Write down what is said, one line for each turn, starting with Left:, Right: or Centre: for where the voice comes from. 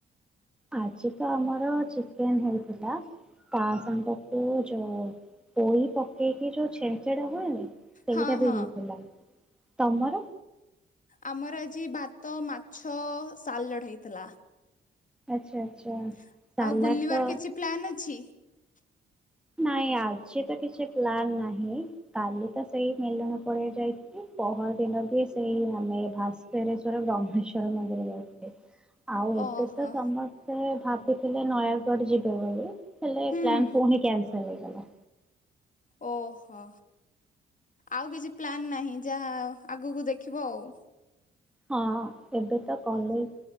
Centre: ଆଜି ତ ଆମର ଚିକେନ ହେଇଥିଲା ତା ସାଙ୍ଗକୁ ଯୋଉ ପୋଇ ପକେଇକି ଯୋଉ ଛେଞ୍ଚେଡା ହୁଏନି ସେଇଟା
Left: ହଁ
Centre: ବି
Left: ହଁ।
Centre: ହେଇଥିଲା। ତମର
Left: ଆମର ଆଜି ଭାତ ମାଛ ସାଲଡ୍ ହେଇଥିଲା।
Centre: ଆଚ୍ଛା। ଆଚ୍ଛା
Left: ଆଉ,
Centre: ସାଲାଡ଼
Left: ବୁଲିବାର
Centre: ତ
Left: କିଛି ପ୍ଲାନ୍ ଅଛି? <unintelligible>
Centre: ନାଇଁ, ଆଜି ତ କିଛି ପ୍ଲାନ୍ ନାହିଁ। କାଲି ତ ସେଇ ମେଲଣ ପଡିଆ ଯାଇଥିଲି। ପହର ଦିନ ବି ସେଇ ଆମେ ଭାସ୍କରେଶ୍ଵର, ବ୍ରହ୍ମେଶ୍ଵର ମନ୍ଦିର ଯାଇଥିଲେ। ଆଉ,
Left: ଓହୋ
Centre: ଏବେ ତ ସମସ୍ତେ ଭାବ। ଥିଲେ ନୟାଗଡ ଯିବେ ବୋଲି। ହେଲେ
Left: ହୁଁ
Centre: ପ୍ଲାନ୍ ପୁଣି କ୍ୟାନ୍ସେଲ୍ ହେଇଗଲା।
Left: ଓହୋ, ଆଉ କିଛି ପ୍ଲାନ ନାହିଁ। ଯାହା ଆଗକୁ ଦେଖିବ ଆଉ।
Centre: ହଁ, ଏବେ ତ କଲେଜ।